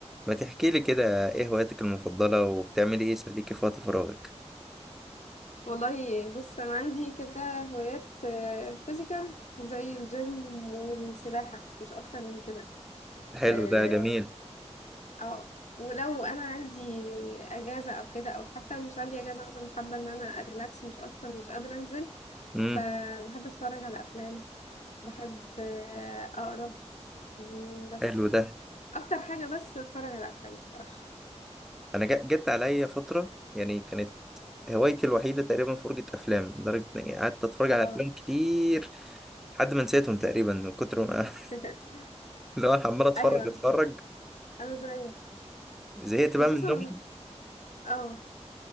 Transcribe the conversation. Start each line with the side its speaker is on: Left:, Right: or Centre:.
Centre: ما تحكي لي كده ايه هواياتك المفضلة وبتعملي ايه يسليكي في وقت فراغك
Left: والله بص انا عندي كده هوايات فيزيكال زي الجيم والسباحة مش اكتر من كده
Centre: حلو
Left: اه
Centre: ده جميل
Left: آه، ولو انا عندي اجازة او كده او حتى مش عندي اجازة مثلا حابة ان انا اريلاكس مش اكتر مش قادرة انزل
Centre: امم
Left: فبحب اتفرج على افلام بحب آه، اقرا مم، بس
Centre: حلو ده
Left: اكتر حاجة بس اتفرج على افلام بصراحة
Centre: انا جا- جت عليا فترة يعني كانت هوايتي الوحيدة تقريبا فرجة افلام لدرجة اني قعدت اتفرج
Left: اه
Centre: على افلام كتير لحد ما نسيتهم تقريبا من كتر ما <laughs>
Left: <laughs>
Centre: اللي هو أنا عمال اتفرج
Left: ايوه
Centre: اتفرج
Left: انا زيك
Centre: فزهقت
Left: خصوصا
Centre: بقى منهم
Left: اه